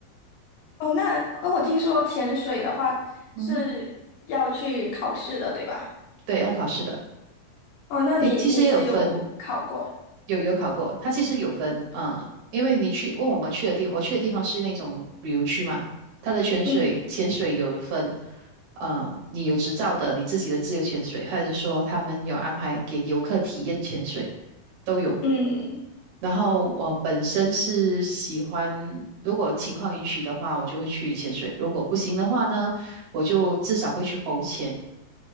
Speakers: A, on the left (about 70°); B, on the right (about 65°).
A: 哦，那哦，我听说潜水的话是要去考试的，
B: 嗯哼，
A: 对吧？
B: 对，要考试的，
A: 哦，那你你是有考过？
B: 也其实也有分，有有考过，它其实有分啊，因为你去，问我们去的地，我去的地方是那种旅游区嘛，它的潜水潜水有分，
A: 嗯
B: 嗯、你有执照的，你自己的自由潜水，还是说他们有安排给游客体验潜水，都有。
A: 嗯
B: 然后我本身是喜欢，如果情况允许的话，我就会去潜水；如果不行的话呢，我就至少会去浮潜。